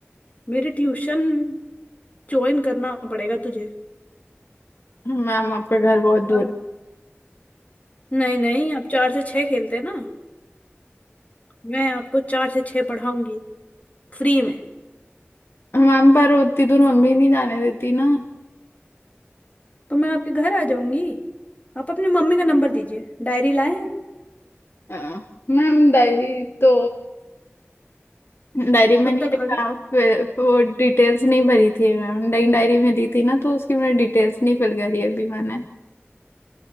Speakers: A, on the left; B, on the left.
A: मेरी ट्यूशन ज्वाइन करना पड़ेगा तुझे
B: मैम आपका घर बहुत दूर
A: अब नहीं नहीं आप चार से छह खेलते हैं ना मैं आपको चार से छह पढ़ाऊंगी फ्री में
B: मैम पर उतनी दूर मम्मी नहीं जाने देती ना
A: तो मैं आपके घर आ जाऊंगी आप अपनी मम्मी का नंबर दीजिए डायरी लाए हैं
B: अ, मैम डायरी तो डायरी में
A: कुत्ता
B: नहीं लिखा
A: खा गया
B: फिर वो डिटेल्स नहीं भरी थी मैम डायरी डायरी मिली थी ना तो उसकी मैंने डिटेल्स नहीं फिल करी अभी मैंने